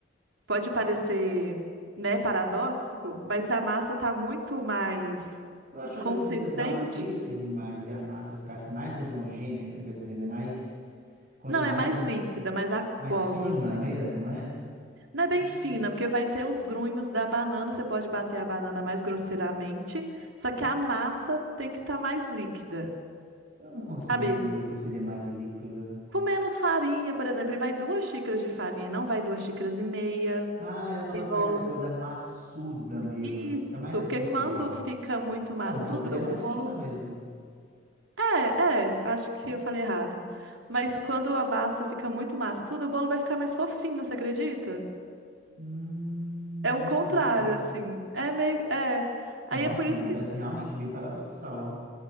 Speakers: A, on the right; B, on the right.
A: Pode parecer, né, paradóxico, mas se a massa tá muito mais
B: eu achava
A: consistente,
B: que se você batesse ele mais e a massa ficasse mais homogênea, que você quer dizer, né? Mais, quanto
A: não,
B: mais,
A: é mais líquida, mais aquosa,
B: mais fina
A: assim.
B: mesmo, é?
A: Não é bem
B: Olha,
A: fina, porque vai ter os grunhos da banana, você pode bater a banana mais grosseiramente, só que a massa tem que estar mais líquida,
B: eu não consigo
A: sabe?
B: entender o que seria mais líquida.
A: Com menos farinha, por exemplo, ele vai duas xícaras de farinha, não vai duas xícaras e meia.
B: Ah, ela não
A: Tem
B: vai ficar
A: bolo.
B: aquela coisa maçuda mesmo,
A: Isso,
B: ela vai ficar mais
A: porque
B: líquida.
A: quando fica muito
B: Então,
A: maçudo,
B: então seria mais
A: o bolo.
B: fina mesmo.
A: É, é, acho que eu falei errado. Mas quando a massa fica muito maçuda, o bolo vai ficar mais fofinho, você acredita?
B: Hum,
A: É o
B: não
A: contrário,
B: sabia.
A: assim. É meio. É. Aí
B: Nossa,
A: é por isso
B: parece
A: que
B: realmente bem paradoxal.